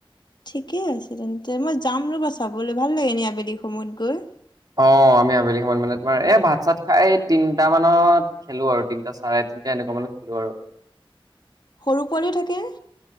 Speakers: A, on the left; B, on the right.
A: ঠিকে আছে তেন্তে। মই যাম ৰ'বা চাবলৈ ভাল লাগে নি আবেলি সময়ত গৈ
B: অ আমি আবেলি সমান মানে তোমাৰ এ ভাত চাত খাই তিনিটা মানত খেলো আৰু তিনটা চাৰে তিনিটা এনেকুৱা মানত খেলো আৰু
A: সৰু পোৱালিও থাকে।